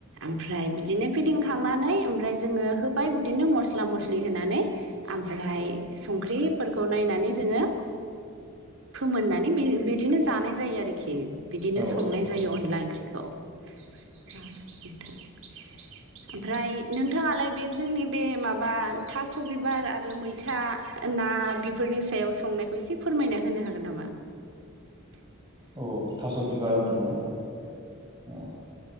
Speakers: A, on the right; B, on the right.
A: ओमफ्राय बिदिनो फेदिंखांनानै ओमफ्राय जोङो होबाय बिदिनो मस्ला मस्लि होनानै। ओमफ्राय संख्रिफोरखौ नायनानै जोङो फोमोननानै बिदिनो जानाय जायो आरोखि बिदिनो
B: औ
A: संनाय जायो अनला ओंख्रिखौ। <unintelligible> ओमफ्राय नोंथाङालाय बे जोंनि बे माबा थास' बिबार आरो मैथा ना बेफोरनि सायाव संनायखौ एसे फोरमायना होनो हागोन नामा? <unintelligible>
B: औ थास' बिबार होनदों नामा औ।